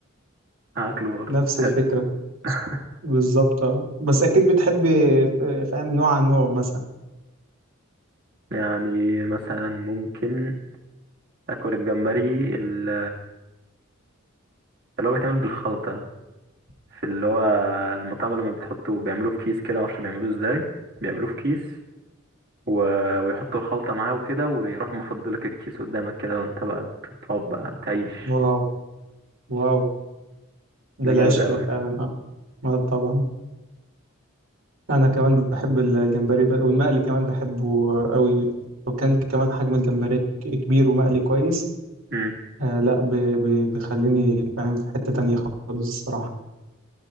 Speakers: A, on the right; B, on the right.
A: هاكله برضه
B: نفس
A: حلو
B: الفكرة
A: <laughs>
B: بالظبط اه. بس اكيد بتحب آه، فاهم نوع عن نوع مثلا
A: يعني مثلا ممكن أكل الجمبري ال- اللي هو بيتعمل بالخلطة في اللي هو المطعم لما بتحطه بيعملوه في كيس كده معرفش بيعملوه ازاي بيعملوه في كيس و... ويحطوا الخلطة معاه وكده ويروح مفضلك الكيس قدامك كده وانت بقى تقعد بقى تعيش
B: واو واو
A: ده
B: ده العشق
A: جامد قوي
B: ده فعلا اه آه طبعا انا كمان بحب الجمبري بقى والمقلي كمان بحبه قوي لو كان كمان حجم الجمبري كبير ومقلي كويس
A: امم
B: آه لا ب- ب- بيخليني فاهم في حتة تانية خالص الصراحة